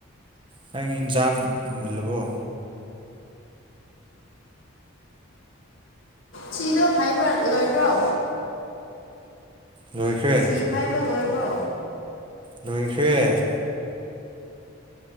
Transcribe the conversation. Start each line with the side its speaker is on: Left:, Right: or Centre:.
Right: ꯅꯪ ꯌꯦꯟꯁꯥꯡ ꯃꯨꯜꯂꯕꯣ
Left: ꯆꯤꯗꫭ ꯐꯥꯏꯚꯔ ꯂꯣꯏꯕ꯭ꯔꯣ
Right: ꯂꯣꯏꯈ꯭ꯔꯦ
Left: ꯊꯤ ꯐꯥꯏꯕ ꯂꯣꯏꯔꯕ꯭ꯔꯣ
Right: ꯂꯣꯏꯈꯔ‌ꯦ